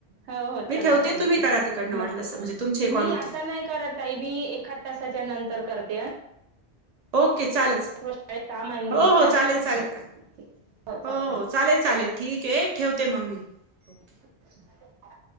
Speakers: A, on the right (about 85°); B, on the right (about 45°).
A: हो हो
B: मी
A: चला
B: ठेवते
A: चला
B: तुम्ही
A: ठीक
B: करा
A: हाय,
B: तिकडनं वाटलं
A: हो.
B: असं म्हणजे तुमचे
A: मी
B: कॉल होतील
A: आता नाही करत, ताई मी एखाद तासाच्या नंतर करते हं.
B: ओके चालेल,
A: थोडं शाळेत काम आहे मुलीच्या
B: हो हो चालेल चालेल
A: हो ठीक
B: काय,
A: ठीक चालेल
B: हो हो चालेल. चालेल ठीकेय ठेवते मग मी. ओके
A: <inaudible>